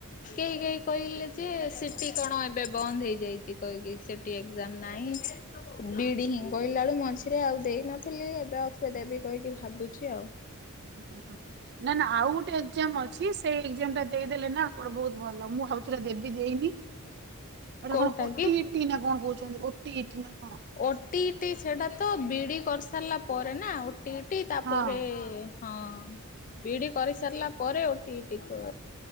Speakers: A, on the left; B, on the right.
A: କେହି କେହି କହିଲେ ଯେ ସିଟିି କଣ ଏବେ ବନ୍ଦ ହେଇଯାଇଛି କହିକି ସେଠୀ ଏକଜାମ୍ ନାହିଁ। ବିଇଡି ହିଁ କହିଲା ବେଳୁ ମଝିରେ ଆଉ ଦେଇନଥିଲି ଏବେ ଆଉଥରେ ଦେବି କହିକି ଭାବୁଛି ଆଉ।
B: ହୁଁ ନା ନା ଆଉ ଗୋଟେ ଏକ୍ଜାମ ଅଛି ସେଇ ଏକ୍ଜାମ ଟା ଦେଇଦେଲେ ନା କୁଆଡ଼େ ବହୁତ ଭଲ ମୁଁ ଆଉଥରେ ଦେବି ଦେଇନି ସେଟା
A: କୋଉଟା
B: କଣ ଓଟି
A: କି?
B: ଏଇନା କଣ କହୁଛନ୍ତି ଓଟି ଇଟି ନା କଣ?
A: ଓଟି ଇଟୀ ସେଟା ତ ବିଡି କରିସାରିଲା ପରେ ନା ଓଟି ଇଟି ତାପରେ
B: ହଁ।
A: ହଁ ବିଡ଼ି କରିସାରିଲା ପରେ ଓଟିଇଟି କ